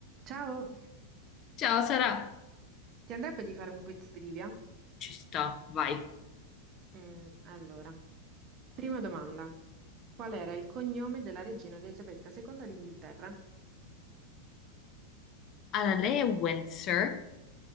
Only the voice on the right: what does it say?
Ciao,
ti andrebbe di fare un quiz trivia?
Mm, allora, prima domanda. Qual era il cognome della regina Elisabetta II d'Inghilterra?